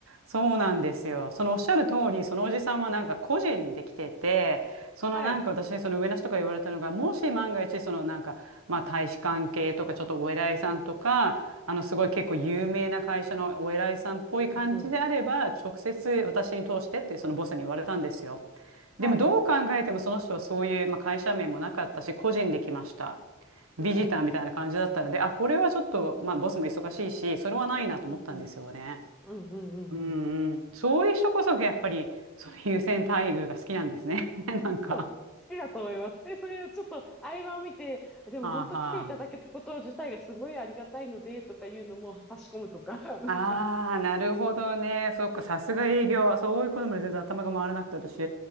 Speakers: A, on the right (about 80°); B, in the centre.
A: そうなんですよ。そのおっしゃる通り、そのおじさんはなんか個人で来てて、そのなんか私にその上の人から言われたのが、
B: はい。
A: もし万が一そのなんか、まあ大使館系とかちょっとお偉いさんとか、あのすごい結構有名な会社のお偉いさんっぽい感じであれば、
B: うん。うん、うん、
A: 直接私に通してってそのボスに言われたんですよ。
B: うん。はい。
A: でもどう考えてもその人はそういう、まあ、会社名もなかったし、個人で来ました。ビジターみたいな感じだったので、
B: うん、うん、
A: あ、これはちょっと、
B: うん、うん、
A: まあ、ボスも忙しいし、それはないなと思ったんですよね。
B: うん、うん、うん、うん、うん。
A: うんうん。
B: うん
A: そういう人こそ、やっぱり、その優先待遇が好きなんですね。<laughs> なんか。
B: そう、好きだと思います。で、それをちょっと合間を見て、でも本当来ていただけたこと自体がすごいありがたいので、
A: はあはあ。
B: とかいうのも差し込むとか、<laughs>
A: ああ、なるほどね。そっか、さすが営業。そういうことまで全然頭が回らなくて、私。